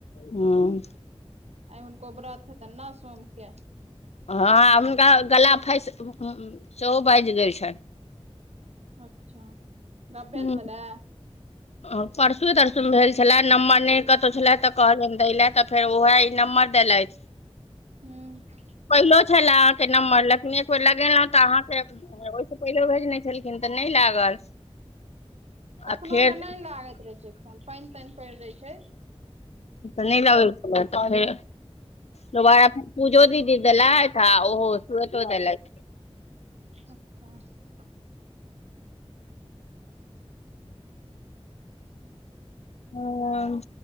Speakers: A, on the left (about 80°); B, on the right (about 80°).
A: हम्म
B: आइ हुनको व्रत हेतन न सोमके
A: हँ हुनका गला फँइस म-म-म सेहो बाइज गेल छन।
B: अच्छा। गप
A: हम्म
B: भेल छलए
A: अ परसुऐ तरसुऐ मे भेल छलै नम्बर नयि कतु छले त कहलइयन देलै त फेर ओहे ई नम्बर देलथ
B: हूँ
A: पहिलू छलै अहां के नम्बर लेकिन फोन लगेलुं तऽ अहाँके, ओहिसँ पहिले भेजने छलखिन तऽ नहयि लागल।
B: कखनो
A: आ फेर
B: के नयि लागैत रहै छै फोन पाइन ताइन पइड़ रहे छै।
A: त-त ला ब-ब हमरा ढ़ारे, दोबारा फेर पूजा दीदी देलथ अ ओहो रोतो देलेथ।
B: अच्छा।
A: हममा।